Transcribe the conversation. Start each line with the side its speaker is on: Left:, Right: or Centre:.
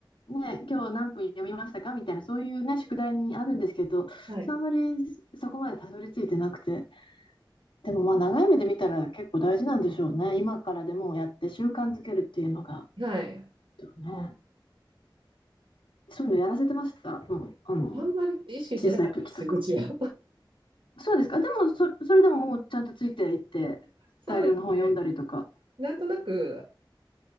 Left: ね、今日何分読みましたかみたいな、そういうね、宿題にあるんですけど、
Right: はい。
Left: あんまりそこまでたどり着いてなくて、でもまあ長い目で見たら結構大事なんでしょうね。今からでもやって習慣づけるっていうのが、
Right: はい。
Left: ね、そういうのやらせてました。もう、あの、
Right: あんまり意識してなかったですけど、
Left: 小さい時とか。
Right: うちは。<laughs>
Left: そうですか。でも、そ、それでももうちゃんとついていって、
Right: そうです。
Left: 大量の本読んだりとか。
Right: なんとなく、